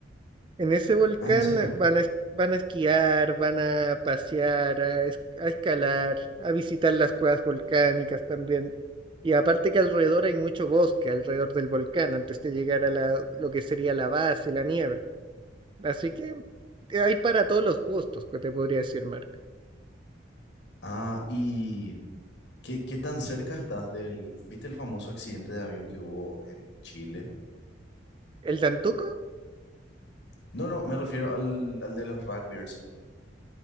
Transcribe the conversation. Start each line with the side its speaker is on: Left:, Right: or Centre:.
Right: En ese volcán
Left: Ah, ¿en serio?
Right: eh, van a, es- van a esquiar, van a pasear, a, es- a escalar, a visitar las cuevas volcánicas también. Y aparte que alrededor hay mucho bosque, alrededor del volcán, antes de llegar a la, lo que sería la base, la nieve. Así que eh, hay para todos los gustos, que te podría decir, Marc.
Left: Ah, ¿y qué, qué tan cerca estás del... ¿Viste el famoso accidente de avión que hubo en Chile?
Right: ¿El Tantuco?
Left: No, no, me refiero al, al de los rugbyers.